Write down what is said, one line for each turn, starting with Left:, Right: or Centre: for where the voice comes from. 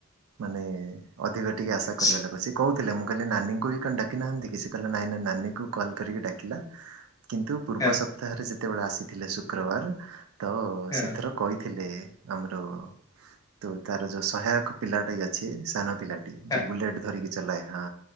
Right: ମାନେ ଅଧିକ ଟିକେ ଆଶା କରିବା
Left: ସି
Right: ଲାଗ ଅଛି କହୁଉ ଥିଲେ ମୁଁ କହିଲି ନାନୀଙ୍କୁ ବି କଣ ଡାକି ନାହାନ୍ତି କିଛି କିଲ ନା ନାଇଁ ନାଇ ନାନୀ କଲ କରିକି ଡାକିଲା। କିନ୍ତୁ ପୂର୍ବ
Left: ହଁ
Right: ସପ୍ତାହରେ ଯେତେବେଳେ ଆସିଥିଲେ ଶୁକ୍ରବାର ତ
Left: ହଁ
Right: ସେଥର କହି ଥିଲେ ଆମର ତ ତାର ଯୋଉ ସହାୟକ ପିଲାଟା ଅଛି ସାନ ପିଲା
Left: ହଁ
Right: ବୁଲେଟ୍ ଧରିକି ଚଏ ହଁ